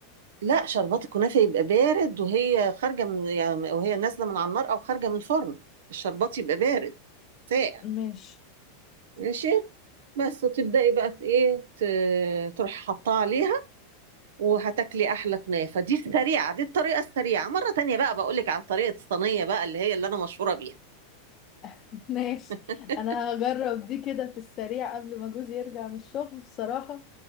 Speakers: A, on the right (about 80°); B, on the left (about 35°).
A: لا شربات الكنافه يبقى بارد وهي خارجه من يعني وهي نازله من على النار او خارجه من الفرن الشربات يبقى بارد ساقع
B: ماشي
A: ماشي بس تبدأي بقى ت- ايه ت- تروحي حطها عليها وهتاكلي احلى كنافة دي السريعة دي الطريقة السريعة مرة تانية بقى بقولك على طريقة الصينية بقى اللي هي اللي انا مشهورة بيها
B: <laughs> ماشي
A: <laughs>
B: انا هجرب دي كده في السريع قبل ما جوزي يرجع من الشغل بصراحة